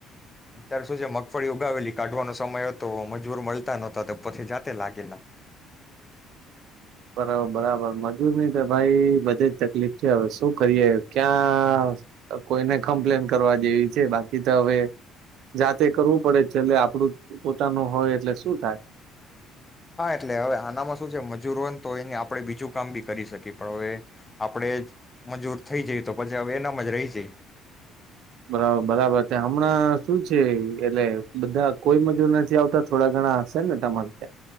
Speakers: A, on the left (about 20°); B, on the right (about 70°).
A: અત્યારે શું છે મગફળી ઉગાવેલી કાઢવાનો સમય હતો મજૂર મળતા નહોતા તો પછ જાતે લાગેલા.
B: બરાબર બરાબર મજૂરની તો ભાઈ બધે જ તકલીફ છે હવે શું કરીએ ક્યાં કોઈને કમ્પ્લેન કરવા જેવી છે બાકી તો હવે જાતે કરવું પડે છેલે આપડું પોતાનું હોય એટલે શું થાય.
A: હા એટલે હવે આનામાં શું છે મજૂર હોય ને તો એને આપણે બીજું કામ બી કરી શકીએ પણ હવે આપણે મજૂર થઈ જઈ તો પછી હવે એનામાં જ રહી જાય.
B: બરાબર બરાબર છે હમણાં શું છે એટલે બધા કોઈ મજૂર નથી આવતા થોડા ઘણા હશે ને તમારે ત્યાં.